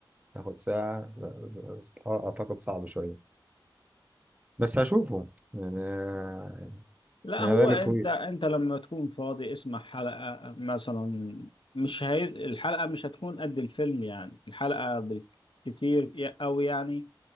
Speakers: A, on the right; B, on the left.
A: تاخد ساعة لا، اعتقد صعب شوية بس هشوفه يعني آه،
B: لا
A: انا
B: هو
A: بالي
B: انت
A: طويل
B: انت لما تكون فاضي اسمع حلقة مثلا مش هي... الحلقة مش هتكون قد الفيلم يعني الحلقة بالكتير او يعني